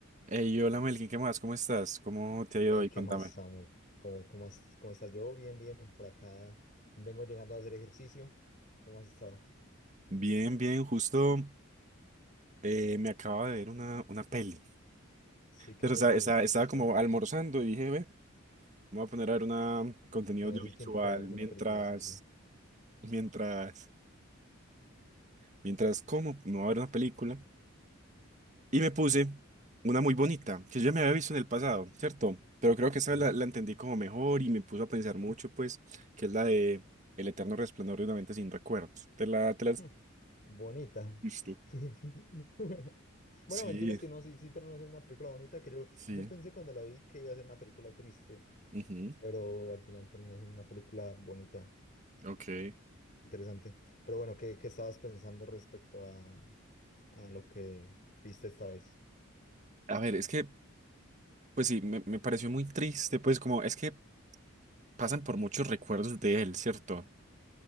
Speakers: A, on the right; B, on the left.
A: Hey, hola Melkin, ¿qué más? ¿Cómo estás? ¿Cómo te ha ido
B: Hey,
A: hoy?
B: ¿qué
A: Contame.
B: más, Samu? ¿Cómo, cómo, has- cómo estás? Yo bien, bien, por acá vengo llegando a hacer ejercicio. ¿Cómo has estado?
A: Bien, bien, justo eh, me acababa de ver una, una peli.
B: Sí, ¿qué
A: Pero
B: película
A: esta- esta- estaba
B: te estás
A: como
B: viendo?
A: almorzando y dije, ve, me voy a poner a ver una contenido
B: ¿Tenés
A: audiovisual
B: el tiempo para verte
A: mientras,
B: una película? Sí, sí.
A: mientras, mientras como, me voy a ver una película. Y me puse una muy bonita, que yo ya me había visto en el pasado, ¿cierto? Pero creo que esa
B: Sí.
A: la, la entendí como mejor y me puso a pensar mucho, pues, que es la de El eterno resplandor de una mente sin recuerdos. ¿Te la, te la has
B: Hmm, Bonita.
A: visto?
B: <laughs> Bueno,
A: Sí.
B: mentiras que no, sí, sí terminó siendo una película bonita, que yo,
A: Sí.
B: yo pensé cuando la vi que iba a ser una película triste,
A: Ujú.
B: pero al final termina siendo una película bonita,
A: Ok.
B: interesante. Pero bueno, ¿qué, qué estabas pensando respecto a, a lo que viste esta vez?
A: A ver, es que, pues sí, me, me pareció muy triste, pues como es que pasan por muchos recuerdos de él, ¿cierto?